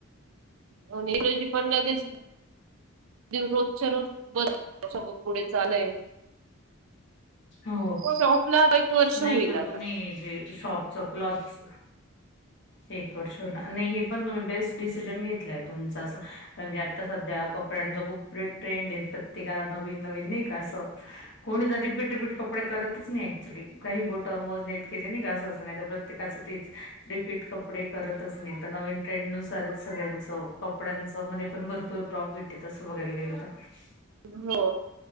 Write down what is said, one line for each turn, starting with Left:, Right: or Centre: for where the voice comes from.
Right: अन इंग्रजी पण, लगेच देव, रोजच्या, रोज बस <unintelligible> सगळ पुढे चालंंय.
Left: हो,
Right: शॉपला एक वर्ष
Left: नाही
Right: होईल
Left: पण
Right: आता
Left: तुम्ही जे शॉक, च कलच. एक वर्ष होईल. नाही हे पण तुम्ही, बेस्ट डिसिजन घेतलंय. तुमचं असं कारण की, आता सध्या कपड्यांच खूप प्रिट्रेंड आहे. प्रत्येकाला नवीन -नवीन नाही का असं. कोणी, रिपीट- रिपीट कपडे करतच नाही. ऍक्च्युली काही बोटावर मोजण्या इतके, जे नाही का असं -असं नाहीतर प्र त्येकाच तेच. रिपीट कपडे करतच नाही. तर नवीन ट्रेंडनुसारच सगळ्यांचं. कपड्यांचं मध्ये पण भरपूर प्रॉफिट आहे, तसं बघायला गेलं तर. <unintelligible>
Right: हो,